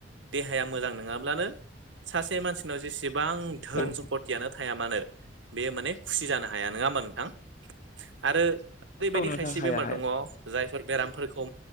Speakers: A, on the right; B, on the left.
A: देहाया मोजां नोंङाब्लानो सासे मानसिनाव जेसेबां धोन
B: औ
A: सम्पतियानो थाया मानो बेयो माने खुसि जानो हाया नोंङा होमाबा नोंथां। आरो ओरैबायदि
B: औ नोंथां
A: खायसे
B: हाया
A: बेमार
B: हाया
A: दंङ जायफोर बेरामफोरखौ